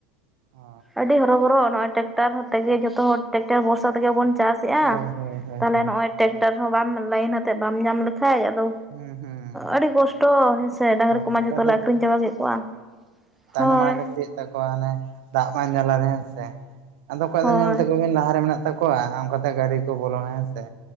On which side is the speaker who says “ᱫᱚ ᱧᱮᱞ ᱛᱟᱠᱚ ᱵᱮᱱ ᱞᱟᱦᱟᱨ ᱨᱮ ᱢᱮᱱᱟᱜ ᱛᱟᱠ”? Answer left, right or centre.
Right